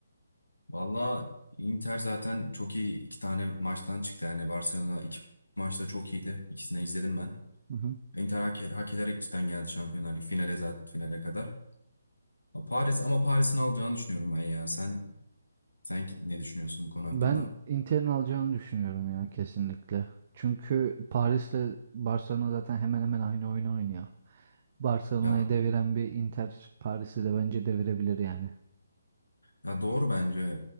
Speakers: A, on the left; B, on the right.
A: Valla Inter zaten çok iyi iki tane maçtan çıktı. Yani Barcelona iki maçta çok iyiydi. İkisini izledim ben.
B: Hı hı.
A: Inter hak, hak ederek cidden geldi Şampiyonlar Ligi finale zaten finale kadar. Ha, Paris ama Paris'in alacağını düşünüyorum ben ya. Sen sen ne düşünüyorsun bu konu hakkında?
B: Ben Inter'in alacağını düşünüyorum ya kesinlikle. Çünkü Paris'le Barcelona zaten hemen hemen aynı oyunu oynuyor. Barcelona'yı
A: Ya
B: deviren bir Inter Paris'i de bence devirebilir yani.
A: ya doğru bence